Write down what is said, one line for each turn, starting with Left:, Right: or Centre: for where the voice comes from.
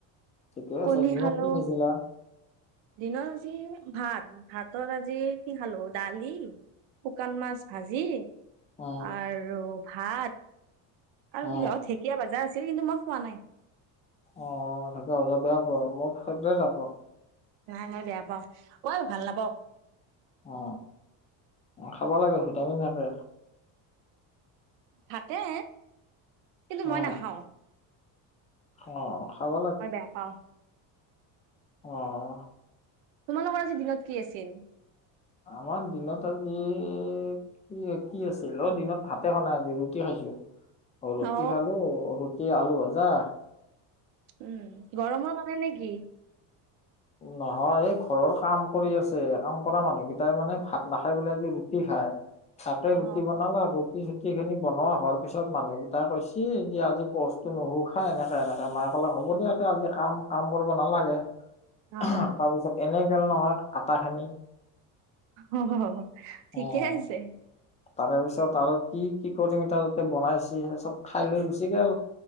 Left: ঠিকে
Right: কণী
Left: আছে দিনত
Right: খালো
Left: কি খাইছিলা
Right: দিনত আজি ভাত ভাতৰ আজি কি খালো দালি শুকান মাছ ভাজি
Left: অ
Right: আৰু ভাত আৰু
Left: অ
Right: কি হয় ঢেকীয়া ভাজা আছে চ কিন্তু মই খোৱা নাই
Left: অ থিকে বেয়া পোৱা মোৰ ফেভৰেট আকৌ
Right: নাই মই বেয়া পাও মই ভাল নাপাও
Left: অ খাব লাগে ভিটামিন থাকে
Right: থাকে কিন্তু
Left: অ
Right: মই নাখাওঁ
Left: অ খাব
Right: মই বেয়া পাও
Left: অহ
Right: তোমালোকৰ আজি দিনত কি আছিল
Left: আমাৰ দিনত আজি কি কি আছিল অ দিনত ভাতে খোৱা নাই আজি ৰুটি খাইছো ৰুটি
Right: অ
Left: খালো ৰুটি আলু ভজা
Right: উম গৰমৰ কাৰণে নেকি
Left: নহয় এই ঘৰৰ কাম কৰি আছে কাম কৰা মানুহ কেইটাই মানে ভাত নাখাই পেলাই আজি ৰুটি খাই তাকে ৰুটি
Right: অ
Left: বনালা ৰুটি চুটি গুটেইখিনি বনোৱা হোৱাৰ পিছত মানুহকেইটাই কৈছে যে আজি পস্তটো নুশু খ এনেকে এনেকে মাক অকলাক হ'ব দিয়া আজি কাম কাম কৰিব নালাগে
Right: অ
Left: তাৰপিছত এনে গেল নহয় আটা খিনি
Right: অ ঠিকে
Left: উম।
Right: আছে
Left: তাৰে পিছত আৰু কি কি কৰিম তাৰ যাতে বনাইছে সেই চব খাই লৈ গুচি গে অল